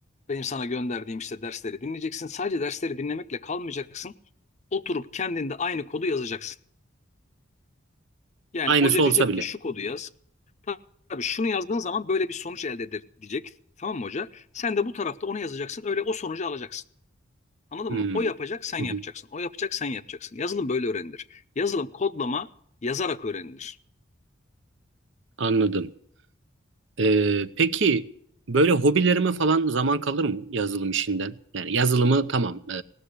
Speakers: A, on the left; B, on the right.
A: Benim sana gönderdiğim işte dersleri dinleyeceksin. Sadece dersleri dinlemekle kalmayacaksın. Oturup kendinde aynı kodu yazacaksın. Yani
B: Aynısı
A: hoca
B: olsa
A: diyecek
B: bile.
A: ki şu kodu yaz. Ta- Tabii şunu yazdığın zaman böyle bir sonuç elde eder diyecek. Tamam mı hoca? Sen de bu tarafta onu yazacaksın. Öyle o sonucu alacaksın. Anladın
B: Hmm.
A: mı? O yapacak sen
B: Hı
A: yapacaksın.
B: hı.
A: O yapacak sen yapacaksın. Yazılım böyle öğrenilir. Yazılım kodlama yazarak öğrenilir.
B: Anladım. Ee, peki böyle hobilerime falan zaman kalır mı yazılım işinden? Yani yazılımı tamam ee,